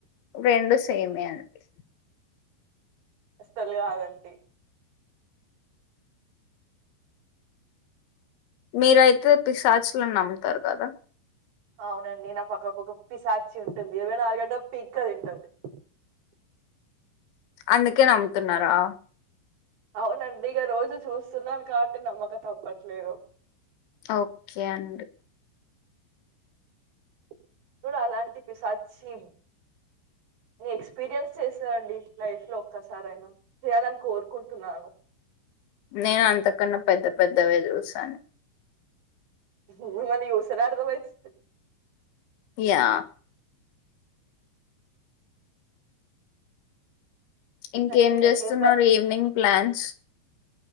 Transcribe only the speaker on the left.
రెండు సేమే అండి
మీరయితే పిసాచులును నమ్ముతారు కదా
అందుకే నమ్ముతున్నారా,
ఓకే అండి
నేను అంత కన్నా పెద్ద పెద్దవే చూసా, <unintelligible>
య్య ఇంకేం
చేస్తున్నారు
ఈవినింగ్, ప్లాన్స్